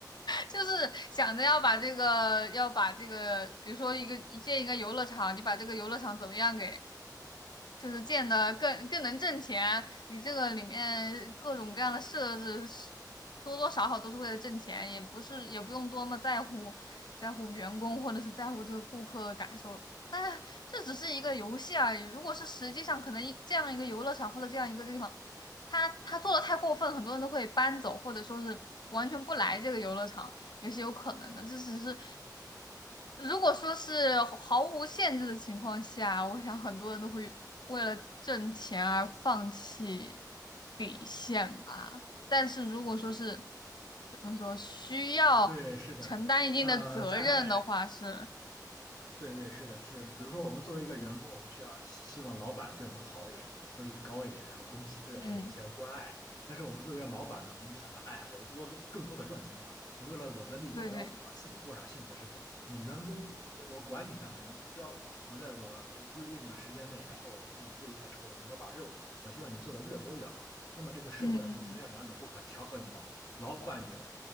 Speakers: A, on the left (about 85°); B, on the left (about 65°).
A: 就是想着要把这个要把这个，比如说一个一建一个游乐场，你把这个游乐场怎么样给。就是建的更更能挣钱。你这个里面各种各样的设置是，多多少少都是为了挣钱，也不是也不用多么在乎在乎员工或者是在乎这个顾客的感受。但是这只是一个游戏而已。如果是实际上可能一这样一个游乐场或者这样一个地方，他他做的太过分，很多人都会搬走，或者说是完全不来这个游乐场。也是有可能的。这只是，如果说是毫无限制的情况下，我想很多人都会为了挣钱而放弃底线吧。但是如果说是怎么说，需要
B: 对，是的。
A: 承担一定的责任的话是，
B: 呃，在对对，是的，是。比如说，我们作为一个员工，我们需要希希望老板对我们好一点，有福利高一点，然后公司对我们有一些关爱。
A: 嗯，
B: 但是我们作为老板呢，我们又想着，哎，我如果更多的赚钱，对吧？我为了我的利益，
A: 对对，
B: 我要我自己过上幸福的生活。你员工，你我管你干嘛？你你只要我在我规定的时间内，然后我给你付一定的酬劳，你给我把任务，我希望你做的越多越好。那么这个社会上就出现两种不可调和的矛盾：
A: 嗯
B: 老板与